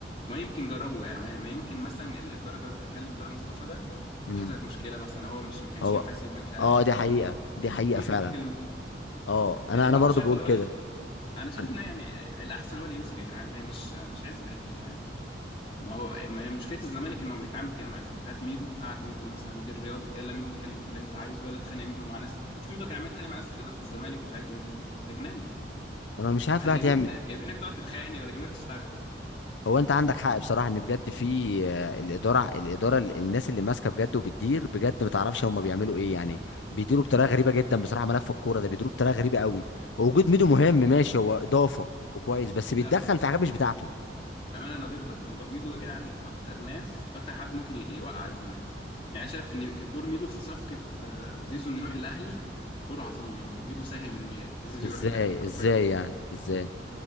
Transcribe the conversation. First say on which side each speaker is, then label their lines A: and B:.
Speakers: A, on the left (about 30°); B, on the left (about 85°).
A: ما يمكن جربوا يعني ما ما يمكن مثلا الاداره جربت تكلم طارق مصطفى ده
B: امم
A: وحصلت مشكله مثلا هو مش ما كانش
B: هو
A: ينفع يسيب البنك الاهلي
B: اه
A: في الفتره
B: دي حقيقه
A: دي
B: دي حقيقه
A: ممكن
B: فعلا
A: يكون كلموه
B: اه انا
A: يعني
B: انا
A: برضه
B: برضو
A: شايف
B: بقول
A: اللي
B: كده
A: هو ايه انا شايف
B: انا
A: ان يعني الاحسن هو اللي يمسك يا جدعان ما هي مش مش عزبه هي فاهم ما هو ما هي مشكله الزمالك انه بيتعامل كانه عزبه هات ميدو قعد ميدو مثلا مدير رياضه يلا ميدو اتكلم في اللي انت عايزه يلا اتخانق يا ميدو مع ناس شفت ميدو كان عمال يتخانق مع ناس في اداره الزمالك ومش عايز يقول مين ده جنان يعني
B: أنا مش عارف
A: واحنا
B: الواحد
A: جايبين
B: يعمل
A: جايبينك تقعد تتخانق ولا جايبينك تشتغل
B: هو انت عندك حق بصراحه ان بجد في آه، الاداره الاداره ال- الناس اللي ماسكه بجد وبتدير بجد ما تعرفش هم بيعملوا ايه يعني بيديروا بطريقه غريبه جدا بصراحه ملف الكوره ده بيديروا بطريقه غريبه قوي وجود ميدو مهم ماشي هو اضافه وكويس بس
A: ما
B: بيتدخل في حاجات مش بتاعته
A: بامانه انا ضدك في موضوع ميدو يا جدعان اكتر ناس اكتر حد ممكن ي- يوقع الزمالك يعني أنا شايف ان دور ميدو في صفقه آه، زيزو انه يروح الاهلي دور عظيم يعني ميدو ساهم ان زيزو
B: ازاي
A: يروح الاهلي حرفيا
B: ازاي يعني ازاي